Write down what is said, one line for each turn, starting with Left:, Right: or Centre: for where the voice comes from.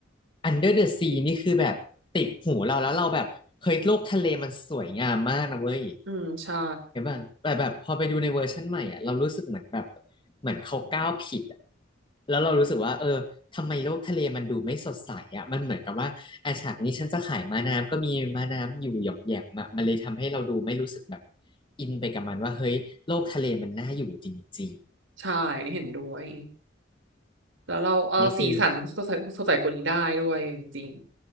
Left: Under the Sea นี่คือแบบติดหูเราแล้วเราแบบเฮ้ยโลกทะเลมันสวยงามมากนะเว้ย
Right: อืมใช่
Left: เห็นป่ะแต่แบบพอไปดูในเวอร์ชันใหม่อะเรารู้สึกเหมือนแบบเหมือนเขาก้าวผิดอะแล้วเรารู้สึกว่าเออ ทำไมโลกทะเลมันดูไม่สดใสอ่ะมันเหมือนกับว่าอาฉากนี้ฉันจะขายม้าน้ำก็มีม้าน้ำอยู่หย่อมแหย่มอะมันเลยทำให้เราดูไม่รู้สึกแบบอินไปกับมันว่าเฮ้ยโลกทะเลมันน่าอยู่จริง
Right: ใช่อันนี้เห็นด้วยแล้วเราเอาสีสันสดใสสดใสกว่านี้ได้ด้วยจริง
Left: ๆอันนี้คือ